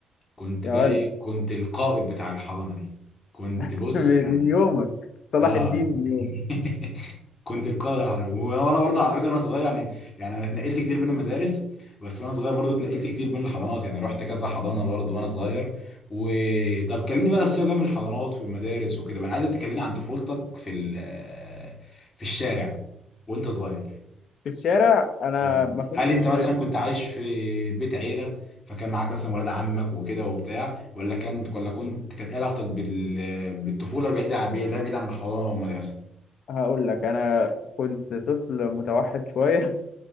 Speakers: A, on the left; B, on the left.
A: كنت
B: يا
A: بقى
B: ولد
A: ايه كنت القائد بتاع الحضانه دي كنت بص
B: <laughs> من
A: يعني
B: من يومك صلاح
A: اه
B: الدين من يومك
A: <laughs> كنت القادر على وانا برضه على فكره انا صغير يعني يعني انا اتنقلت كتير بين المدارس بس وانا صغير برضه اتنقلت كتير بين الحضانات يعني رحت كذا حضانه برضه وانا صغير وطب كلمني بقى بس جنب الحضانات والمدارس وكده بقى انا عايزك تكلمني عن طفولتك في ال... آه، في الشارع وانت صغير
B: في الشارع انا
A: اه
B: ما كنتش
A: هل انت مثلا كنت عايش في بيت عيله فكان معاك مثلا ولاد عمك وكده وبتاع ولا كان ولا كنت كانت علاقتك بال... بالطفوله بعيده عن لا بعيد عن الحضانه والمدرسه
B: هقول لك انا كنت طفل متوحد شويه